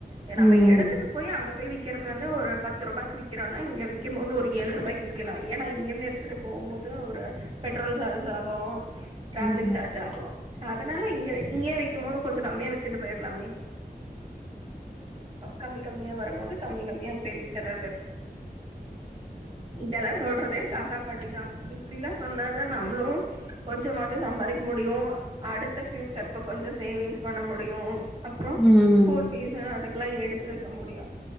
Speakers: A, on the right; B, in the centre.
A: எ நம்ப
B: ம்
A: எடத்துக்கு போய் அங்க பேய் விக் கிறது வந்து ஒரு பத்து ரூபாய்க்கு விக்கிறோனா இங்க விக்கும்போது போது ஒரு ஏழ்ரூபாய்க்கு விக்கலா ஏன்னா இங்க இருந்து எடுத்துட்டு போவும்மோது து ஒரு பெட்ரோல் சார்ஜ் ஆகு ட்ரேலிங்
B: ம்
A: சார்ஜ் ஆகு தனால இங்க இங்யே விக்கும்மோது கொஞ்ச கம்மியா வித்துட்டு போயிரலாமே கம்மி கம்மியா வரும்போது கம்மி கம்மியா அப்டியே வித்துறது இதலா சொல்ற வே தாத்தா பாட்டிதா இப்டிலா சொன்னாதா நம்ளு கொஞ்சமாது சம்பாரிக் முடியு அடுத்த ஃபயூச்சருக்கு கொஞ்ச சேவிங்ஸ் பண்ண முடியு அப்றோ
B: ம்
A: ஸ்கூல் ஃபீஸ அதுக் எல்லா எடுத்து வெக்க முடியு